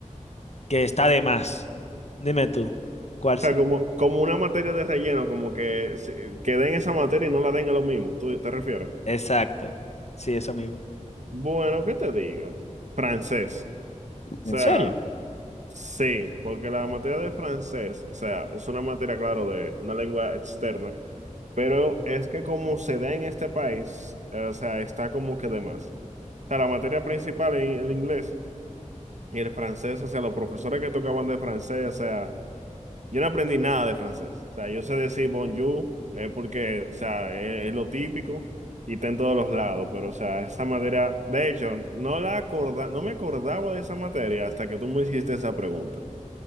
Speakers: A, on the left; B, on the right.
A: que está de más? Dime tú, ¿cuál ser
B: sea, como, como una materia de relleno, como que, se- que den esa materia y no la den a lo mismo, ¿tú te refieres?
A: Exacto, sí, eso mismo.
B: Bueno, ¿qué te digo? Francés. O
A: ¿En
B: sea,
A: serio?
B: sí, porque la materia de francés, o sea, es una materia, claro, de una lengua externa, pero es que como se da en este país, eh, o sea, está como que de más. O sea, la materia principal es el inglés y el francés, o sea, los profesores que tocaban de francés, o sea... Yo no aprendí nada de francés. O sea, yo sé decir bonjour, eh, porque, o sea, es, es lo típico y está en todos los lados, pero, o sea, esa materia, de hecho, no la acorda, no me acordaba de esa materia hasta que tú me hiciste esa pregunta,